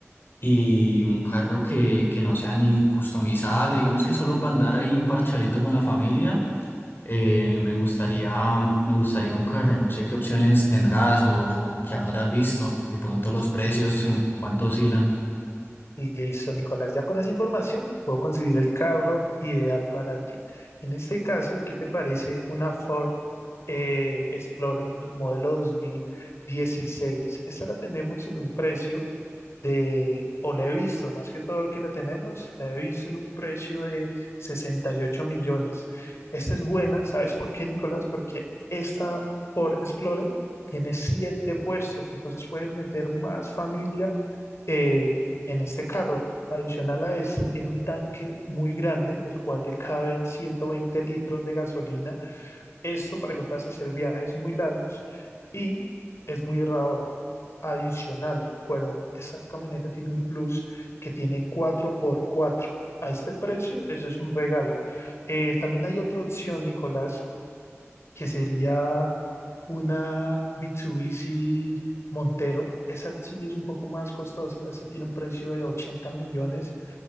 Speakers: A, on the left; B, on the left.
A: y un carro que, que no sea ni customizable, digamos que solo para andar ahí parchadito con la familia. Eh, me gustaría, me gustaría un carro, no sé qué opciones tendrás o, o qué habrás visto, de pronto los precios, en cuánto oscilan.
B: Listo, Nicolás. Ya con esa información puedo conseguir el carro ideal para ti. En este caso, ¿qué te parece una Ford eh, Explorer modelo dos mil dieciséis? Esta la tenemos en un precio de, o la he visto, más que todo lo que la tenemos, la he visto en un precio de 68 millones. Esta es buena, ¿sabes por qué, Nicolás? Porque esta por Explorer tiene siete puestos, entonces puedes meter más familia eh, en este carro. Adicional a esto, tiene un tanque muy grande, el cual le caben 120 litros de gasolina. Esto para que puedas hacer viajes muy largos y es muy ahorradora. Adicional, recuerda, esta camioneta tiene un plus que tiene cuatro por cuatro. A este precio, eso es un regalo. Eh, también hay otra opción, Nicolás, que sería una Mitsubishi Montero. Esa sí es un poco más costosa, esa tiene un precio de 80 millones